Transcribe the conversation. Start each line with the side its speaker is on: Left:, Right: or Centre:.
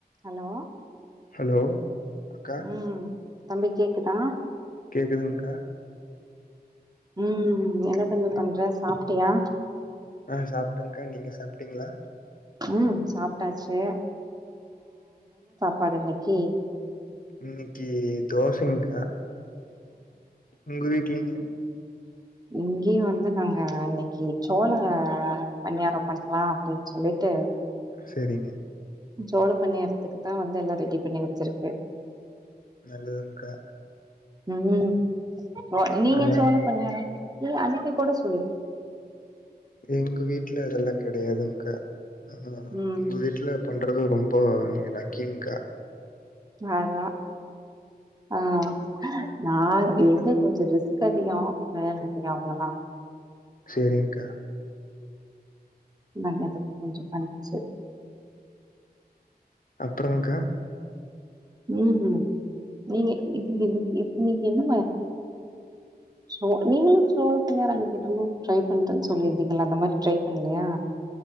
Right: Hello
Left: hello அக்கா
Right: உம் தம்பி கேக்குதா
Left: கேக்குதுங்க கா
Right: உஹம் என்ன தம்பி பண்ற சாப்பிட்டியா
Left: ஆஹ் சாப்பிட்டங்க்கா நீங்க சாப்பிட்டீங்களா
Right: ம் சாப்ட்டாச்சு பாடு இன்னைக்கி
Left: இன்னைக்கு தோசைங்க்கா உங்க வீ இட்லிங்க
Right: இங்கேயும் நாங்க இன்னைக்கு சோள பணியாரம் பண்ணிக்கலாம் அப்படின்னு சொல்லிட்டு
Left: சரிங்க
Right: சோளம் பண்ணிறதுக்கு தான் வந்து எல்லாம் ரெடி பண்ணி வச்சிருக்கு
Left: நல்லதுங்கா
Right: உம் ஆ நீங்க
Left: நல்லா
Right: சோழ
Left: இருக்கு.
Right: பணியாரம் இ அதுக்கு கூட சொல்லு
Left: எங்க வீட்டுல அதெல்லா கெடையாதுங்க்கா ஆஹா
Right: ம்
Left: உங்க வீட்ல பண்றது ரொம்ப நீங்க லக்கிங்க்கா
Right: அதா ஆஹ் நா என்ன கொஞ்சம் ரிஸ்க் அதிகோ வேல அதிகம் அவ்ளதா
Left: செரிங்க்கா
Right: நல்லது கொஞ்ச பன்ச்
Left: அப்புறம்கா
Right: உம் நீங்க இது இது இது நீக்கு என்ன சோ நீங்களு சோழ பனியாரம் அன்னைக்கு என்னமு ட்ரை பண்றன்னு சொல்லிருந்தக்கல அந்த மாரி ட்ரை பண்லையா